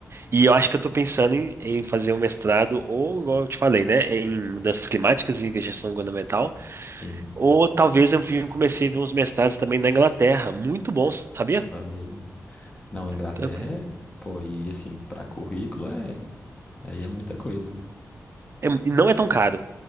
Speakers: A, on the right; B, on the left.
A: E eu acho que eu tô pensando em, em fazer um mestrado, ou, igual eu te falei, né? Em mudanças climáticas e gestão governamental.
B: sim.
A: Ou talvez eu vi, comecei a ver uns mestrados também na Inglaterra. Muito bom, sabia?
B: Olha aí. Não, a Inglaterra
A: Então,
B: é. Pô, e assim, pra currículo é. Aí é muita coisa, né?
A: É, e não é tão caro.